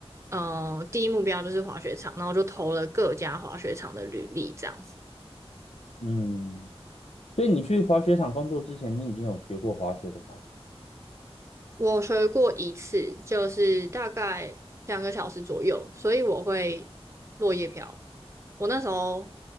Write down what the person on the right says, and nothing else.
嗯、第一目标就是滑雪场，然后就投了各家滑雪场的履历，这样子。
我学过一次，就是大概两个小时左右，所以我会落叶飘。我那时候